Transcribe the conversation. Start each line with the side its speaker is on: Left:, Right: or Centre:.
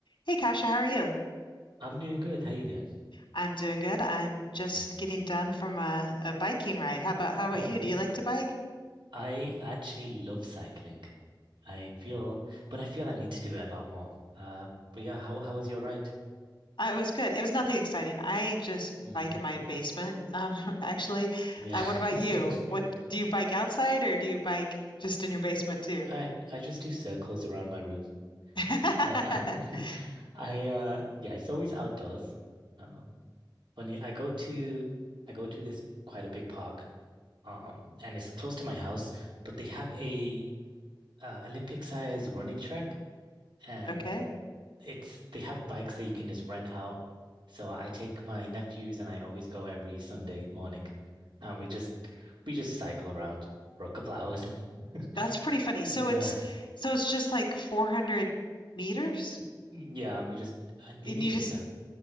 Left: Hey Kasha, how are you?
Right: I'm doing good. How you doing?
Left: I'm doing good. I'm just
Right: Amazing.
Left: getting done from a, a biking ride. How about how about
Right: Oh,
Left: you? Do you like to bike?
Right: I actually love cycling. I feel, but I feel I need to do it a lot more. Uh, but yeah, how how was your ride?
Left: Uh, it was good. It was nothing exciting. I just
Right: hmm
Left: bike in my basement, um, <laughs> actually.
Right: Yeah,
Left: Uh, what about you?
Right: <laughs>
Left: What do you bike outside or do you bike just in your basement too?
Right: I I just do circles around my room.
Left: <laughs>
Right: No, I <laughs> I uh yeah, it's always outdoors. Um, funny, I go to I go to this quite a big park, um, and it's close to my house, but they have a uh, Olympic size running track. And
Left: Okay.
Right: it's they have bikes that you can just rent out. So I take my nephews and I always go every Sunday morning. And we just we just cycle around for a couple hours. <laughs>
Left: That's pretty funny. So
Right: Yeah.
Left: it's so it's just like 400 meters
Right: Mm, Yeah, and we just uh, maybe
Left: and you
Right: bigger.
Left: just